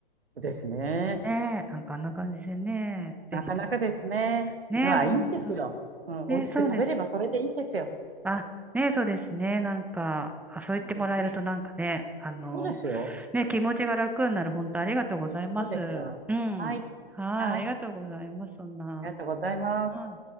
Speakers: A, on the right; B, in the centre.
A: ですね。
B: ねえ、なんかあんな感じでね、できたらね。
A: なかなかですね。
B: ねえ、
A: では、
B: ほんと。
A: いいんですよ。うん、
B: ねえ、
A: 美味しく食べればそれでいいんですよ。
B: そうです。あ、ねえ、そうですね。なんか、あ、そう言ってもらえるとなんかね、
A: ですね。
B: あの、
A: そうですよ。
B: ね、気持ちが楽になる。本当ありがとうございます。
A: そうですよ。
B: うん。
A: はい。
B: はい、
A: はい。
B: ありがとうございます。そんな。
A: ありがとうございます。
B: うん。